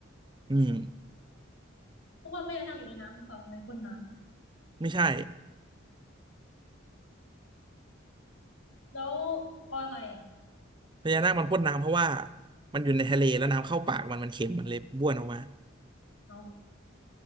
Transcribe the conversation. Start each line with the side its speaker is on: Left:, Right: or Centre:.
Right: อืม
Left: เพราะว่าพญานาคอยู่ในน้ำหรือเปล่าอะไรพ่นน้
Right: ไม่ใช่
Left: แล้วเพราะอะไรอ่ะ
Right: พญานาคมันพ่นน้ำเพราะว่ามันอยู่ในทะเลแล้วน้ำเข้าปากมันมันเค็มมันเลยบ้วนออกมา
Left: เอา